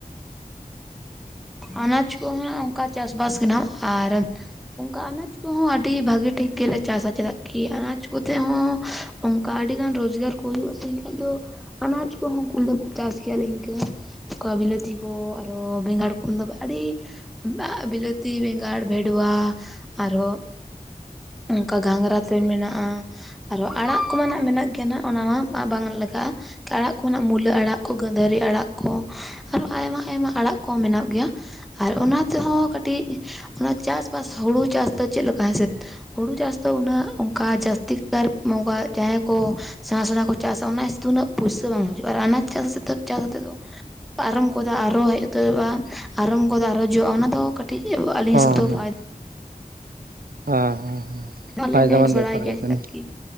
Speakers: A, in the centre; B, on the right.
A: ᱟᱱᱟᱡᱽ ᱠᱚᱦᱚᱸ ᱚᱱᱠᱟ ᱪᱟᱥᱵᱟᱥ ᱜᱮᱱᱟᱜ ᱟᱨ, ᱚᱱᱠᱟ ᱟᱱᱟᱡᱽ ᱠᱚᱦᱚᱸ ᱟᱹᱰᱤ ᱵᱷᱟᱹᱜᱤ ᱴᱷᱤᱠ ᱜᱮᱞᱮ ᱪᱟᱥᱟ ᱪᱮᱫᱟᱜ ᱠᱤ ᱟᱱᱟᱡᱽ ᱠᱚᱛᱮ ᱦᱚᱸ, ᱚᱱᱠᱟ ᱟᱹᱰᱤ ᱜᱟᱱ ᱨᱳᱡᱽᱜᱟᱨ ᱠᱚ ᱦᱩᱭᱩᱜᱼᱟ ᱥᱮ ᱮᱱᱠᱷᱟᱡ ᱫᱚ, ᱟᱱᱟᱡ ᱠᱚᱦᱚᱸ <unintelligible> ᱪᱟᱥ ᱜᱮᱭᱟᱞᱮ ᱤᱱᱠᱟᱹ ᱚᱱᱠᱟ ᱵᱤᱞᱟᱹᱛᱤ ᱠᱚ, ᱚᱻ ᱵᱮᱸᱜᱟᱲ <unintelligible> ᱟᱹᱰᱤ, <inaudible> ᱵᱤᱞᱟᱹᱛᱤ ᱵᱮᱸᱜᱟᱲ ᱵᱷᱮᱰᱣᱟ ᱟᱨᱦᱚᱸ, ᱚᱱᱠᱟ ᱜᱷᱟᱸᱝᱽᱨᱟ ᱛᱩᱧ ᱢᱮᱱᱟᱜᱼᱟ᱾ ᱟᱨᱚ ᱟᱲᱟᱜ ᱠᱚᱢᱟᱱᱟᱜ ᱢᱮᱱᱟᱜ ᱜᱮᱭᱟ ᱚᱱᱟ ᱢᱟ ᱵᱟᱝ ᱞᱮᱠᱷᱟᱼᱟ᱾ ᱠᱮ ᱟᱲᱟᱜ ᱠᱚ ᱢᱮᱱᱟᱜ-ᱟ ᱢᱩᱞᱟᱹ ᱟᱲᱟᱜ ᱠᱚ ᱜᱟᱺᱫᱷᱟᱹᱨᱤ ᱟᱲᱟᱜ ᱠᱚ ᱟᱨᱚ ᱟᱭᱢᱟ ᱟᱭᱢᱟ, ᱟᱲᱟᱜ ᱠᱚ ᱢᱮᱱᱟᱜ ᱜᱮᱭᱟ᱾ ᱟᱨ ᱚᱱᱟ ᱛᱮᱦᱚᱸ ᱠᱟᱹᱴᱤᱡ ᱚᱱᱟ ᱪᱟᱥᱵᱟᱥ ᱦᱩᱲᱩ ᱪᱟᱥ ᱫᱚ ᱪᱮᱫ ᱞᱮᱠᱟ ᱦᱮ ᱥᱮᱵ, ᱦᱩᱲᱩ ᱪᱟᱥ ᱫᱚ ᱩᱱᱟᱹᱜ ᱚᱱᱠᱟ ᱡᱟᱹᱥᱛᱤ <inaudible> ᱢᱚᱠᱟ ᱡᱟᱦᱟᱸᱭ ᱠᱚ, ᱥᱮᱬᱟ ᱥᱮᱬᱟ ᱠᱚ ᱪᱟᱥᱟ ᱚᱱᱟ <unintelligible> ᱩᱱᱟᱹᱜ ᱯᱩᱭᱥᱟᱹ ᱵᱟᱝ ᱦᱤᱡᱩᱜᱼᱟ᱾ ᱟᱨ ᱟᱱᱟᱡᱽ ᱪᱟᱥ ᱪᱟᱥᱛᱮᱫ ᱫᱚ ᱟᱨᱚᱢ ᱜᱚᱫᱟ ᱟᱨᱚ ᱦᱮᱡ ᱩᱛᱟᱹᱨᱚᱜᱼᱟ ᱟᱨᱚᱢ ᱜᱚᱫᱟ ᱟᱨᱚ ᱡᱚᱜᱼᱟ ᱚᱱᱟ ᱫᱚ ᱠᱟᱹᱴᱤᱡ ᱟᱞᱤᱧ
B: ᱦᱚᱸ
A: ᱦᱤᱥᱟᱹᱵ ᱫᱚ
B: ᱦᱚᱸ
A: ᱯᱷᱟᱭᱫᱟ
B: ᱦᱮᱸ ᱦᱮᱸ ᱦᱮᱸ᱾
A: <unintelligible> ᱟᱞᱮ
B: ᱯᱷᱟᱭᱫᱟ
A: ᱞᱮ
B: ᱢᱟᱱ
A: ᱵᱟᱲᱟᱭ
B: ᱵᱮᱯᱟᱨ
A: ᱜᱮᱭᱟ
B: ᱜᱮ
A: ᱪᱮᱫᱟᱜ
B: ᱠᱟᱱᱟ᱾
A: ᱠᱤ